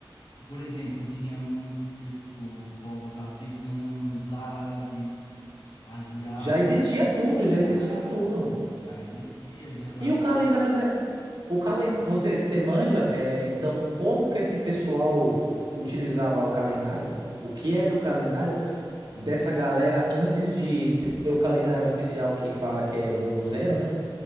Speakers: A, on the left (about 80°); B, on the right (about 65°).
A: por exemplo, tinha muito pesso- os povos africanos, árabes, asiáticos
B: já existia tudo, já existia
A: Já,
B: tudo.
A: já existia, já tava.
B: E o calendário, né? O calen... você, você manja? É, então, como que esse pessoal utilizava o calendário? O que era o calendário? dessa galera antes de ter o calendário oficial que fala que é do ano zero, né?